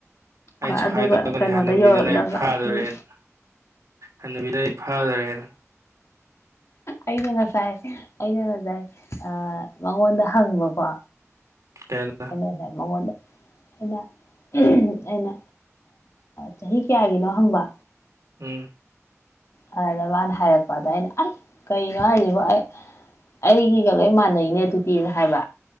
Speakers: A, on the right; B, on the left.
A: ꯑꯩꯁꯨ
B: ꯍꯣꯏ ꯑꯗꯨꯒ
A: ꯍꯥꯏꯗꯣꯛꯀ
B: ꯀꯩꯅꯣꯗ
A: ꯅꯤ ꯍꯅꯨꯕꯤꯗꯨꯅ
B: ꯌꯧꯔꯛꯅꯕ
A: ꯑꯩ ꯐꯥꯗꯣꯔꯦꯅ
B: ꯎꯝ
A: ꯍꯅꯨꯕꯤꯅꯥ ꯑꯩ ꯐꯥꯗꯣꯔꯦꯅ
B: ꯑꯩꯅ ꯉꯁꯥꯏ ꯑꯩꯅ ꯉꯁꯥꯏ ꯑꯥ ꯃꯉꯣꯟꯗ ꯍꯪꯕꯀꯣ
A: ꯀꯩꯅꯣꯗ
B: ꯑꯩꯅ ꯉꯥꯁꯥꯏ ꯃꯉꯣꯟꯗꯥ ꯑꯩꯅ ꯎꯝ ꯑꯩꯅ ꯆꯍꯤ ꯀꯌꯥꯒꯤꯅꯣ ꯍꯪꯕ
A: ꯎꯝ
B: ꯑꯗꯨꯗ ꯃꯥꯅ ꯍꯥꯏꯔꯛꯄ ꯑꯗ ꯑꯩꯅ ꯑꯁ ꯀꯩꯅꯣ ꯍꯥꯌꯖꯤꯕꯣ ꯑꯩ ꯑꯩꯒꯤꯒ ꯂꯣꯏ ꯃꯥꯟꯅꯩꯅꯦ ꯑꯗꯨꯗꯤꯅ ꯍꯥꯏꯕ